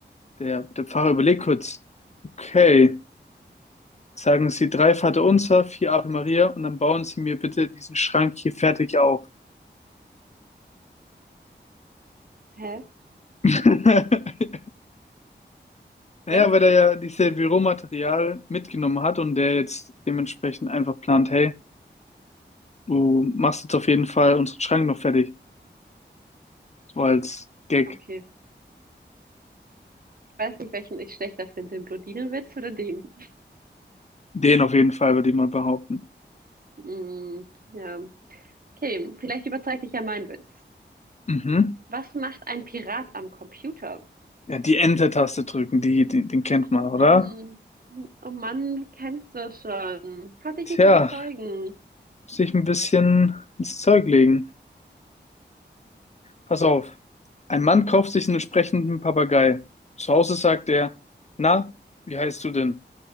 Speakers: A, on the left (about 35°); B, on the right (about 50°).
A: Der, der Pfarrer überlegt kurz, okay. Sagen Sie drei Vaterunser, vier Ave Maria und dann bauen Sie mir bitte diesen Schrank hier fertig auf.
B: Hä?
A: <laughs> Naja,
B: Was?
A: weil er ja dieses Büromaterial mitgenommen hat und der jetzt dementsprechend einfach plant, hey, du machst jetzt auf jeden Fall unseren Schrank noch fertig. So als Gag.
B: Okay. Ich weiß nicht, welchen ich schlechter finde, den Blondinenwitz oder den.
A: Den auf jeden Fall, würde ich mal behaupten.
B: Hm, ja. Okay, vielleicht überzeigt dich ja mein Witz.
A: Mhm.
B: Was macht ein Pirat am Computer?
A: Ja, die Enter-Taste drücken, die, die, den kennt
B: Ach
A: man,
B: Mann,
A: oder?
B: oh Mann, du kennst das schon. Ich konnte dich
A: Tja,
B: nicht überzeugen.
A: muss ich ein bisschen ins Zeug legen. Pass auf. Ein Mann kauft sich einen sprechenden Papagei. Zu Hause sagt er, na, wie heißt du denn?